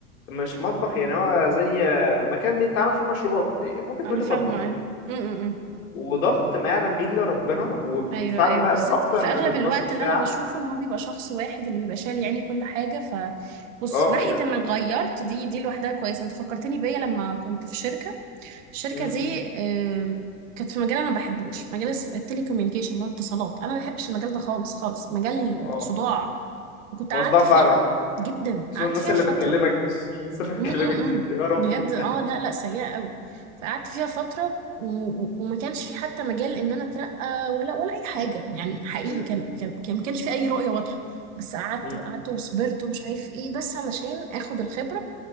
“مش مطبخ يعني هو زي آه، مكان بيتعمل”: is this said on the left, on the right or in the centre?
Left